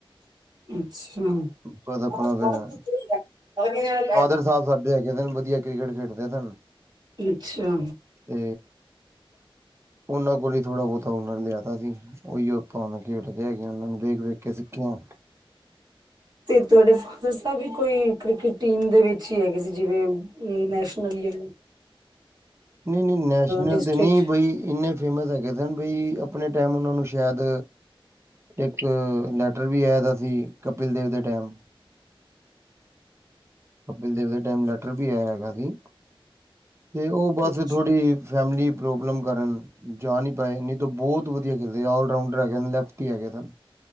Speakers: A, on the right (about 50°); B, on the right (about 30°).
A: ਅੱਛਾ
B: ਪਰ ਆਪਣਾ ਫੇਰ ਫਾਦਰ ਸਾਹਿਬ ਸਾਡੇ ਹੈਗੇ ਸਨ। ਵਧੀਆ ਕ੍ਰਿਕਟ ਖੇਡਦੇ ਸਨ।
A: ਅੱਛਾ।
B: ਤੇ ਉਹਨਾਂ ਕੋਲ ਹੀ ਥੋੜਾ ਬੋਤਾ ਹੁਨਰ ਲਿਆਤਾ ਸੀ ਉਹੀ ਆਪਾ ਹੁਣ ਖੇਡ ਦੇ ਹੈਗੇ ਉਹਨਾਂ ਨੂੰ ਵੇਖ-ਵੇਖ ਕੇ ਸਿੱਖੀਣਾ।
A: ਤੇ ਤੁਹਾਡੇ ਫਾਦਰ ਸਾਹਿਬ ਵੀ ਕੋਈ ਕ੍ਰਿਕਟ ਟੀਮ ਦੇ ਵਿੱਚ ਹੀ ਹੈਗੇ ਸੀ ਜਿਵੇਂ ਹੂੰ ਨੈਸ਼ਨਲ ਯਾ
B: ਨਈ-ਨਈ ਨੈਸ਼ਨਲ
A: ਡਿਸਟ੍ਰਿਕਟ
B: ਤੇ ਨੀ ਬਈ ਇਨਾ ਫੇਮਸ ਹੈਗੇ ਸਨ ਬਈ ਆਪਣੇ ਟਾਈਮ ਉਹ ਨੂੰ ਸ਼ਾਇਦ ਇੱਕ ਲੈਟਰ ਵੀ ਆਇ ਦਾ ਸੀ ਕਪਿਲ ਦੇਵ ਦੇ ਟਾਈਮ। ਕਪਿਲ ਦੇਵ ਦੇ ਟਾਈਮ ਲੈਟਰ ਵੀ ਆਇਆ ਹੈਗਾ ਸੀ ਤੇ ਉਹ ਬਸ
A: ਅੱਛਾ
B: ਥੋੜੀ ਫੈਮਲੀ ਪ੍ਰੋਬਲਮ ਕਰਨ ਜਾ ਨੀ ਪਾਏ ਨੀ ਤਾਂ ਬੋਤ ਵਧੀਆ ਖੇਡ ਦੇ ਆਇ ਆਲਰਾਓਡਰ ਹੈਗੇ ਨ ਲੈਫ ਲੈਫਟੀ ਹੈਗੇ ਸਨ,